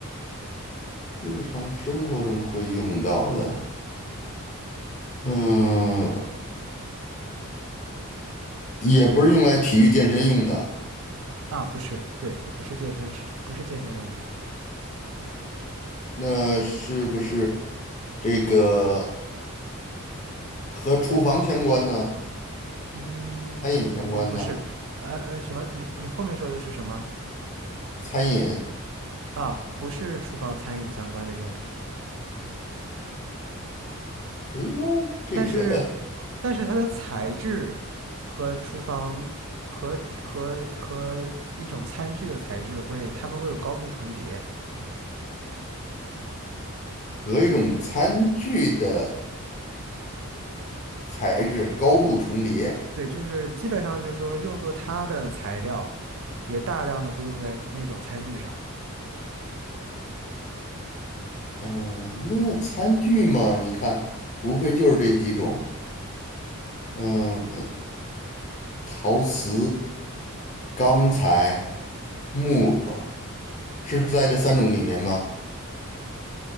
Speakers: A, on the left (about 35°); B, on the right (about 65°).
A: 日常生活中会用到的，嗯、也不是用来体育健身用的。
B: 啊。不是，对，它不是健身，是不是健身用品？
A: 那是不是这个和厨房相关呢？
B: 嗯嗯嗯，
A: 餐饮相关呢？
B: 不是，呃呃，什么？你你后面说的是什么
A: 餐饮，
B: 啊？不是厨房餐饮相关的用品，
A: 哎呦，这个
B: 但是但是它的材质和厨房和和和一种餐具的材质会，它们会有高度重叠。
A: <laughs> 和一种餐具的材质高度重叠。
B: 对，就是基本上就是说用作它的材料，也大量的会用在那种餐具上。
A: 嗯、那餐具嘛，你看，无非就是这几种，嗯、陶瓷、钢材、木头，是在这三种里面吗？